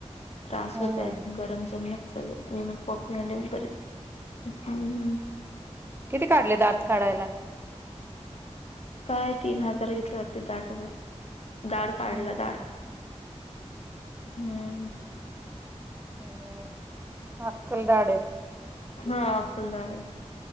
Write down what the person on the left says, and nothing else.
त्रास
होत आहेत, गरम जमणाच <unintelligible> लेन कॉफी
आनल बरच हम्म
काय तीन हजार घेतलं वाट त दात काढ दाड काढल्या
दाड हम्म
हा आक्कल दाडय